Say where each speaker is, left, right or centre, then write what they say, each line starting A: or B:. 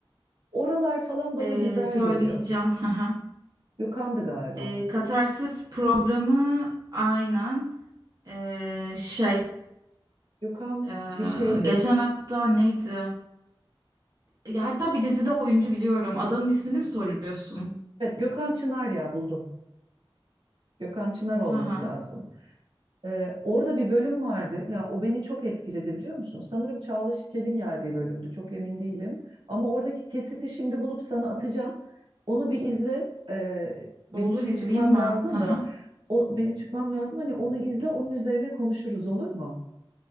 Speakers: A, on the right; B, on the right.
A: Oralar falan bana
B: Ee,
A: güzel
B: söyleyeceğim.
A: geliyor.
B: <laughs> Haha.
A: Gökhan'dı galiba.
B: Ee, Katarsis programı aynen Ee, şey
A: Gökhan
B: ee,
A: bir şeydi.
B: geçen hatta neydi? Ya hatta bir dizide oyuncu biliyorum. Adamın ismini mi soruyorsun?
A: Evet Gökhan Çınar ya buldum. Gökhan Çınar olması
B: Haha.
A: lazım. Ee, orada bir bölüm vardı. Ya o beni çok etkiledi biliyor musun? Sanırım Çağla Şikel'in yerdiği bölümdü. Çok emin değilim. Ama oradaki kesiti şimdi bulup sana atacağım. Onu bir izle. Ee, benim
B: Olur
A: şimdi
B: izleyeyim
A: çıkmam
B: ben.
A: lazım
B: Haha.
A: da. O, benim çıkmam lazım. Hani onu izle, onun üzerine konuşuruz olur mu?